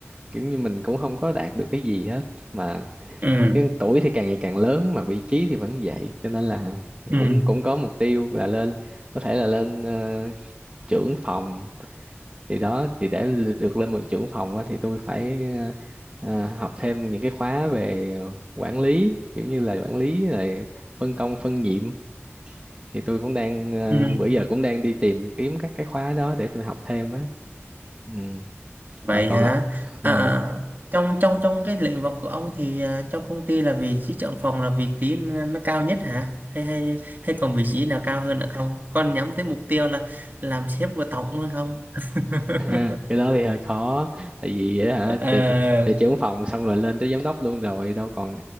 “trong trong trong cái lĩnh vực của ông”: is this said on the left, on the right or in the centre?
Right